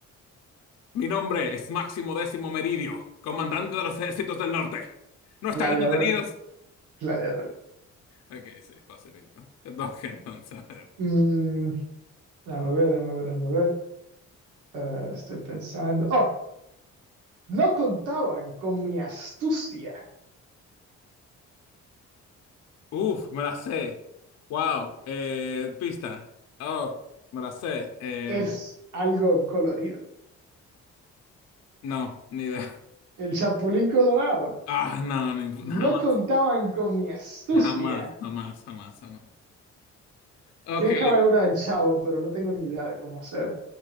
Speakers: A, on the left; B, on the right.
A: mi nombre es Máximo Décimo Meridio, comandante de los ejércitos del norte. ¿No están
B: Gladiador,
A: entretenidos?
B: gladiador.
A: Ok, sí, facilito. Entonces, <laughs> entonces, a ver.
B: Mm, déjame ver, déjame ver, déjame ver. Eh, estoy pensando. Oh, no contaban con mi astucia.
A: Uf, me la sé. Wow, eh, pista. Oh, me la sé. Eh,
B: Es algo colorido.
A: no, ni idea. <laughs>
B: El Chapulín Colorado.
A: Ah, no, ni, jamás,
B: No contaban con mi astucia.
A: jamás, jamás, jamás, jamás. Ok.
B: Tienes que haber una del Chavo, pero no tengo ni idea de cómo hacerla.